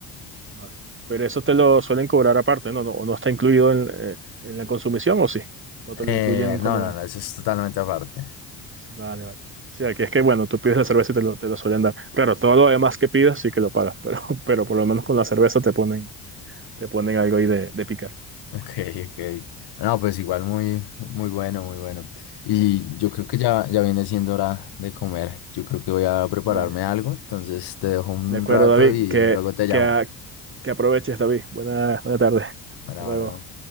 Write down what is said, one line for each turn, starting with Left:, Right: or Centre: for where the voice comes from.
Right: Vale. Pero eso te lo suelen cobrar aparte, ¿no? No, o no está incluido en, eh, en la consumición, ¿o sí? O te lo
Left: Eh,
Right: incluyen como...
Left: no, no, no, eso es totalmente aparte.
Right: sí, vale, vale. Sí, aquí es que, bueno, tú pides la cerveza y te lo, te lo suelen dar. Claro, todo lo demás que pidas sí que lo pagas, pero, <laughs> pero por lo menos con la cerveza te ponen, te ponen algo ahí de, de picar.
Left: Ok, ok. No, pues igual muy, muy bueno, muy bueno. Y yo creo que ya, ya viene siendo hora de comer. Yo creo que voy a prepararme
Right: Vale.
Left: algo, entonces te dejo un
Right: De acuerdo,
Left: rato
Right: David.
Left: y
Right: Que,
Left: luego te llamo.
Right: que, a- que aproveches, David. Buena, buena tarde.
Left: Bueno,
Right: Hasta luego.
Left: bueno.